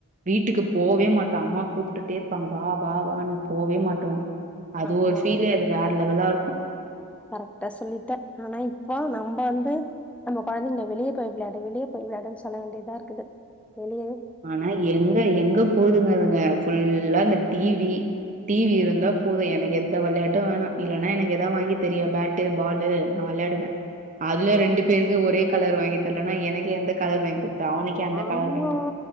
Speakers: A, on the right; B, in the centre.
A: வீட்டுக்கு போவே மாட்டோ அம்மா கூப்ட்டுட்டே இருப்பாங்க வா வா வானு போவே மாட்டோ அது
B: ஆமா
A: ஒரு ஃபீல் அது வேற லெவலாருக்கு
B: கரெக்ட்டா சொல்லிட்ட ஆனா இப்ப நம்ப வந்து நம்ம கொழந்தைங்கள வெளிய போய் விளையாடு வெளிய போய் விளையாடுன்னு சொல்ல வேண்டிதா இருக்குது வெளிய
A: ஆனா எங்க எங்க போதுங்க அதுங்க ஃபுல்லா இந்த டீவி டீ வி இருந்தா போது எனக்கு எந்த வெளயாட்டு வேணா இல்லன்னா எனக்கு எதாது வாங்கி தரியா பேட் ட்டு பாலு நா வெளயாடுவே அதுலியு ரெண்டு பேருக்கு ஒரே கலர் வாங்கி தரலன்னா எனக்கு எந்த கலர் வாங்கி குடுத்த அவனுக்கு அந்த
B: ஆமா
A: கலர் வாங்கி குடுத்த.